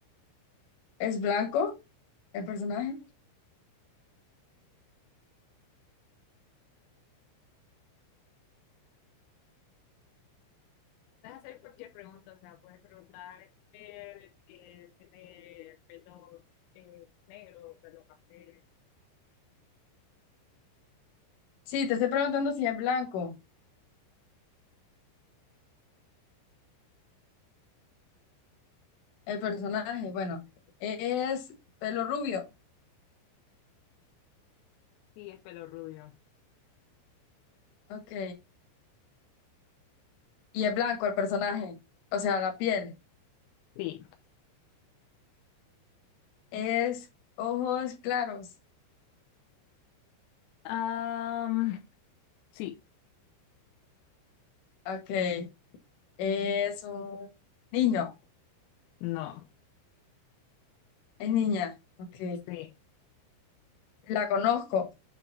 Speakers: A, on the left; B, on the left.
A: es blanco el personaje?
B: Puedes hacer cualquier pregunta, o sea, puedes preguntar, eh, eh, ¿tiene pelo eh, negro, pelo café?
A: Sí, te estoy preguntando si es blanco el personaje. Bueno, es pelo rubio.
B: Sí, es pelo rubio.
A: Ok. Y es blanco el personaje. O sea, la piel.
B: Sí.
A: Es ojos claros.
B: Am, sí.
A: Ok. Es un niño.
B: No.
A: Es niña. Ok.
B: Sí.
A: La conozco.